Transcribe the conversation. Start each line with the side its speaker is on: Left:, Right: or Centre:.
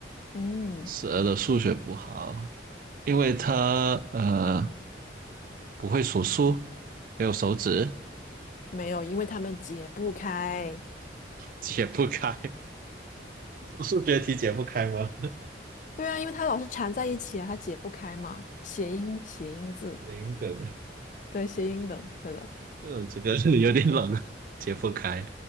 Left: 嗯，
Right: 蛇的数学不好，因为它呃不会数数，没有手指，
Left: 没有，因为它们解不开。
Right: 解不开。<laughs> 数学题解不开吗？
Left: 对啊，因为它老是缠在一起啊，它解不开嘛。谐音，谐音字，
Right: 行的，
Left: 对，谐音梗，对的。
Right: 嗯，这个是有点冷，解不开，